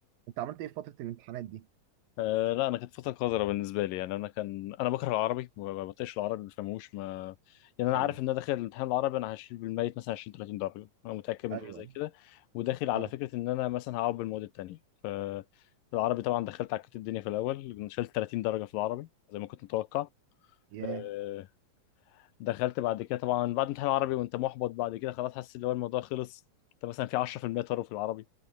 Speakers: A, on the right (about 85°); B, on the left (about 80°).
A: انت عملت ايه في فتره الامتحانات دي
B: آه. لا انا كانت فتره قذره بالنسبه لي يعني انا كان انا بكره العربي ما ما بطيقش العربي ما بفهموش ما يعني انا
A: حقيقي
B: عارف ان انا داخل الامتحان العربي انا هشيل بالميت مثلا 20 30 درجه انا متاكد من
A: ايوه
B: حاجه زي كده وداخل على
A: اه
B: فكره ان انا مثلا هقعد بالمواد التانيه ف العربي طبعا دخلت عكيت الدنيا في الاول شلت 30 درجه في العربي زي ما كنت متوقع
A: ياه
B: اه، دخلت بعد كده طبعا بعد امتحان العربي وانت محبط بعد كده خلاص حاسس ان هو الموضوع خلص انت مثلا في 10% طار في العربي